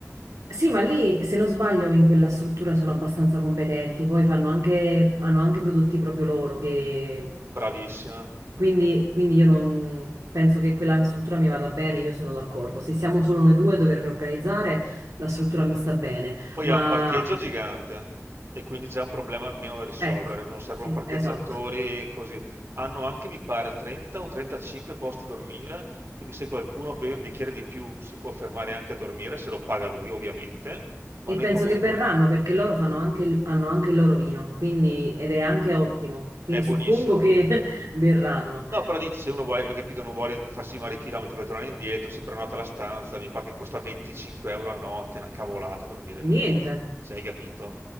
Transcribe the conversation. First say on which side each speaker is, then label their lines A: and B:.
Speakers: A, on the right; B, on the right.
A: Sì, ma lì, se non sbaglio, in quella struttura sono abbastanza competenti. Poi fanno anche, hanno anche prodotti proprio loro che...
B: bravissima.
A: Quindi, quindi io non penso che quella struttura mi vada bene, io sono d'accordo. Se siamo solo noi due a dover organizzare, la struttura mi sta bene.
B: Poi
A: Ma
B: ha un parcheggio gigante e quindi già un problema meno da risolvere,
A: ecco,
B: non servono
A: sì,
B: parcheggiatori
A: esatto.
B: e così. Hanno anche, mi pare, 30 o 35 posti a dormire, quindi se qualcuno beve un bicchiere di più si può fermare anche a dormire, se lo paga lui ovviamente, ma
A: E
B: noi
A: penso
B: comunque...
A: che berranno perché loro fanno anche il- hanno anche il loro vino, quindi, ed è anche ottimo. Quindi
B: È buonissimo.
A: suppongo che <laughs> berranno.
B: No, però dici, se uno vuole, hai capito, non vuole farsi male i chilometri per tornare indietro, si prenota la stanza, mi pare che costa 25 euro a notte, è una cavolata dormire lì,
A: Niente,
B: quindi se hai capito,